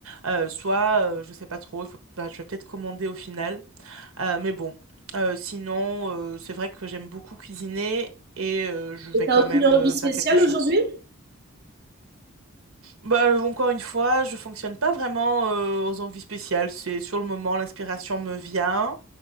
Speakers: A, on the right; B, on the right.
A: Euh, soit, euh, je sais pas trop, il faut, bah, je vais peut-être commander au final. Euh, mais bon, Euh, sinon, euh, c'est vrai que j'aime beaucoup cuisiner, et euh, je
B: Et
A: vais
B: t'as
A: quand même
B: aucune envie
A: euh,
B: spéciale
A: faire quelque chose.
B: aujourd'hui?
A: Bah, encore une fois, je fonctionne pas vraiment euh, aux envies spéciales. C'est sur le moment, l'inspiration me vient.